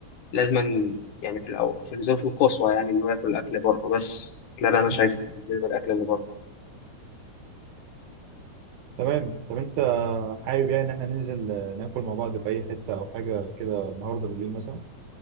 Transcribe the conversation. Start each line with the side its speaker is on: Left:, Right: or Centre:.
Left: لازما يعني في الاول في الظروف القصوى يعني انه ياكل اكل بره بس ده اللي انا
Right: مم.
Left: شايفه بالنسبه للاكل اللي بره
Right: تمام طب أنت حابب يعني إن إحنا ننزل آه، ناكل مع بعض في أي حتة أو حاجة كده النهاردة بالليل مثلا